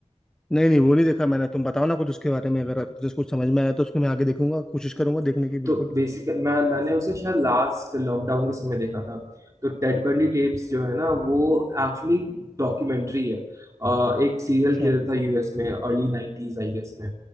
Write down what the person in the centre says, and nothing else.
नहीं नहीं वो नहीं देखा मैंने तुम बताओ ना कुछ उसके बारे में अगर तुझे कुछ समझ में आया तो उसको मैं आगे देखूंगा कोशिश
करूंगा देखने की
बिल्कुल
अच्छा